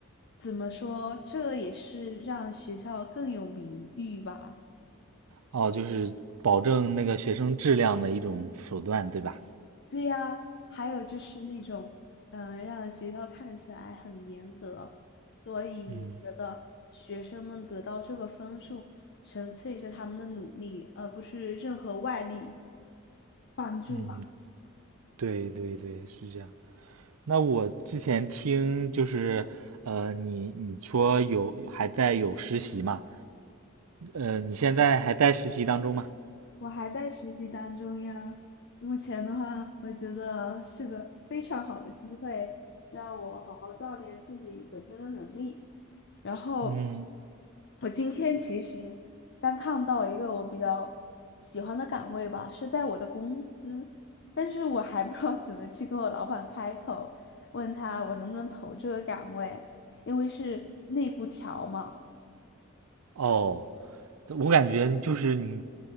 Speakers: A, on the left; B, on the right.
A: 怎么说，这也是让学校更有名誉吧。
B: 哦，就是保证那个学生质量的一种手段，对吧？
A: 对呀，还有就是那种，嗯、让学校看起来很严格，所以觉得学生们得到这个分数，
B: 嗯
A: 纯粹是他们的努力，而不是任何外力帮助吧。
B: 嗯，对对对，是这样。那我之前听就是，呃，你你说有还在有实习嘛？呃，你现在还在实习当中吗？
A: 我还在实习当中呀，目前的话，我觉得是个非常好的机会，让我好好锻炼自己本身的能力。然后
B: 嗯，
A: 我今天其实刚看到一个我比较喜欢的岗位吧，是在我的公司，但是我还不知道怎么去跟我老板开口，问他我能不能投这个岗位，因为是内部调嘛。
B: 哦，我感觉就是你